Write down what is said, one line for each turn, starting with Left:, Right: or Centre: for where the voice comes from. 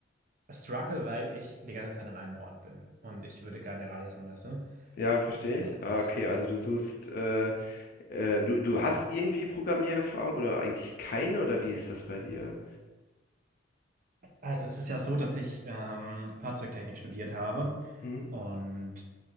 Right: struggle, weil ich die ganze Zeit an einem Ort bin. Und ich würde gerne reisen, weißt du?
Left: Ja, verstehe
Right: Und
Left: ich. Ah, okay, also du suchst, äh, äh, du, du hast irgendwie Programmiererfahrung oder eigentlich keine oder wie ist das bei dir?
Right: also es ist ja so, dass ich ähm, Fahrzeugtechnik studiert habe.
Left: Mhm.
Right: Und